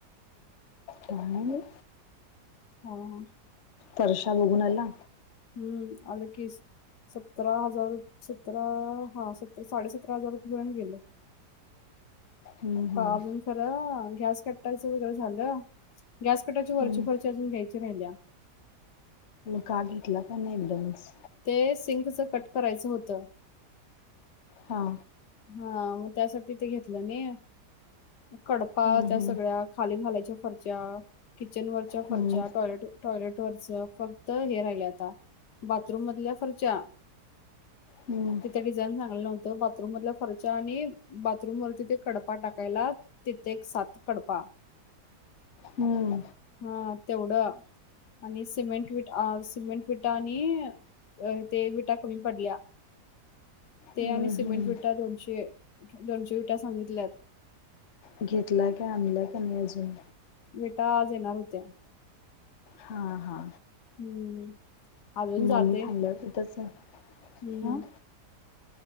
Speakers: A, on the left; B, on the left.
A: काय नाही.
B: ह ह
A: वर्षा बघूनला
B: हम्म आलं की सतरा हजार सतरा हा सत साडेसतरा हजार रुपये पर्यंत गेलं
A: हं, हं,
B: प अजून खरं गॅस कटायचं वगैरे झालं गॅस कटायची वरची
A: हं.
B: खर्ची अजून घ्यायची राहिल्या
A: का घेतला प नाहीडनस
B: ते सिंकच कट करायचं होत
A: हा
B: हा मग त्यासाठी ते घेतलं नाही कडपा
A: हं,
B: त्या
A: हं,
B: सगळ्या खाली घालाय फर्चा किती किचन वरच्या
A: हं,
B: फर्च्या टॉयलेट टॉयलेट वरच फक्त हे राहिल आता बाथरूम मधल्या फरच्या
A: हं,
B: तिथं डिझाईन चांगलं नव्हतं बाथरूम मध खर्च्या आणि बाथरूम वरतीिथे कडपा टाकायला तिथे एक सात कडपा
A: हं,
B: हा तेवढं आणि सिमेंट विटा सिमेंट विटा आणि ते विटा कमी पडल्या ते
A: हं,
B: आणि सिमेंट
A: हं.
B: विट दोनशे दोनशे विटा सांगितल्यात
A: घेतला का आणलाय का नाही अजून
B: बेटा आज येणार होत्या
A: हा हा
B: हम्म अजून
A: मम्मी
B: जाते
A: थांबल्यावर तिथंच आहे
B: हम्म
A: हं